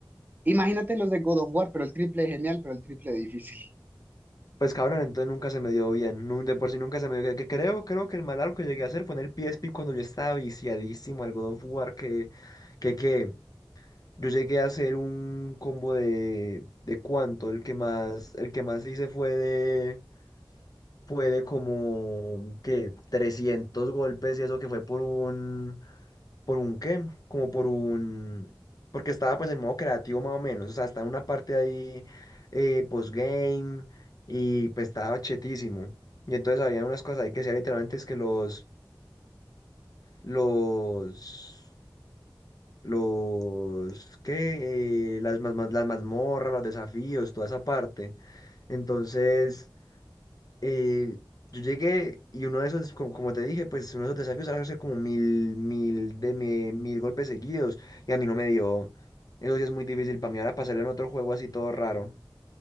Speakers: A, on the right; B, on the left.
A: Imagínate los de God of War, pero el triple de genial, pero el triple de difícil.
B: Pues cabrón, entonces nunca se me dio bien, nun- de por sí nunca se me dio bien, que creo, creo que el mal algo que llegué a hacer fue en el PSP cuando yo estaba viciadísimo al God of War, que, que, que, yo llegué a hacer un combo de, ¿de cuánto? El que más, el que más hice fue de... fue de como que 300 golpes y eso que fue por un, ¿por un qué? Como por un, porque estaba pues en modo creativo más o menos, o sea, estaba en una parte ahí eh, postgame y pues estaba chetísimo. Y entonces había unas cosas ahí que decía literalmente es que los, los, los, ¿qué? Eh, las, mazma- las mazmorras, los desafíos, toda esa parte. Entonces... eh, yo llegué y uno de esos, como, como te dije, pues uno de esos desafíos era hacer como mil, mil, de mi- mil golpes seguidos y a mí no me dio. Eso sí es muy difícil para mí ahora pasarlo en otro juego así todo raro.